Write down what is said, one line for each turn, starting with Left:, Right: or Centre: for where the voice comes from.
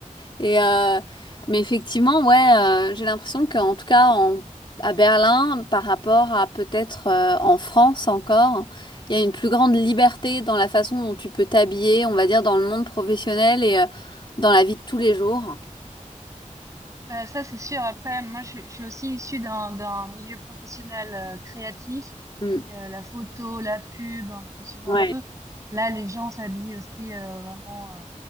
Left: Et euh, mais effectivement, ouais, euh, j'ai l'impression qu'en tout cas en, à Berlin, par rapport à peut-être euh, en France encore, il y a une plus grande liberté dans la façon dont tu peux t'habiller, on va dire, dans le monde professionnel et euh, dans la vie de tous les jours.
Right: bah ça c'est sûr. Après, moi je, je suis aussi issue d'un d'un milieu professionnel euh, créatif,
Left: Mm.
Right: donc euh, la photo, la pub, un peu ce genre
Left: Ouais.
Right: de choses. Là, les gens s'habillent aussi euh, vraiment euh,